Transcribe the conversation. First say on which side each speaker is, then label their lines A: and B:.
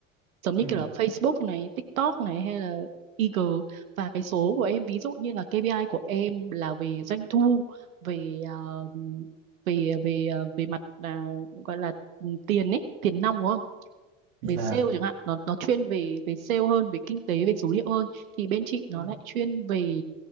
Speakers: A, on the right; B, on the right.
A: giống như
B: ừ
A: kiểu là Facebook này, TikTok này hay là IG và cái số của em ví dụ như là KPI của em là về doanh thu, về ờ, về về ờ, về mặt là gọi là ừ, tiền ấy, tiền nong đúng không?
B: dạ
A: về sale chẳng hạn nó nó chuyên về về sale hơn về kinh tế về số liệu hơn thì bên chị nó
B: Ừ,
A: lại chuyên về